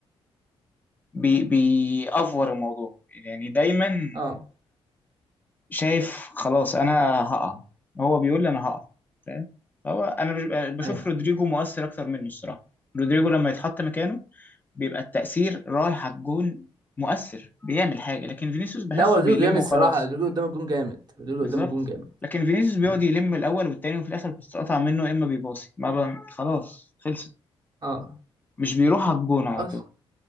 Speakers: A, on the left; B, on the right.
A: بي بيأفور الموضوع يعني دايما
B: اه
A: شايف خلاص انا هقع هو بيقول لي انا هقع فاهم هو انا بش- بشوف
B: ايوه
A: رودريجو مؤثر اكتر منه الصراحه رودريجو لما يتحط مكانه بيبقى التأثير رايح على الجون مؤثر بيعمل حاجه لكن فينيسيوس بحسه
B: لا هو رودريجو
A: بيلم
B: جامد الصراحه
A: وخلاص
B: رودريجو قدام الجون جامد رودريجو
A: بالظبط
B: قدام الجون جامد
A: لكن فينيسيوس بيقعد
B: مم.
A: يلم الاول والتاني وفي الاخر بتتقطع منه يا اما بيباصي ما ب... خلاص خلصت
B: اه
A: مش بيروح على الجون على
B: خلاص
A: طول